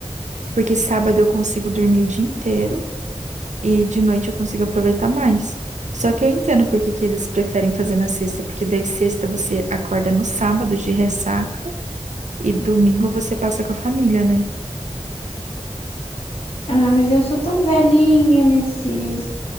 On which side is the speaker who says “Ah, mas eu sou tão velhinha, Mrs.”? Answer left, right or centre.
Left